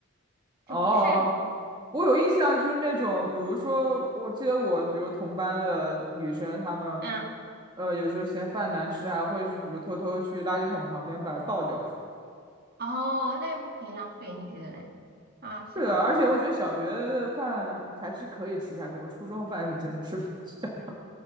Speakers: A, on the right; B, on the right.
A: <laughs> 哦，
B: 就不是
A: 我有印象，就是那种，比如说，我记得我，比如同班的女生，她们，
B: 嗯
A: 呃，有时候嫌饭难吃还会去比如偷偷去垃圾桶旁边把它倒掉什么。
B: 哦，那又不可以浪费，你觉得呢？啊，是吧？
A: 是的，而且我觉得小学的饭还是可以吃下去，我初中的饭是真的吃不下去。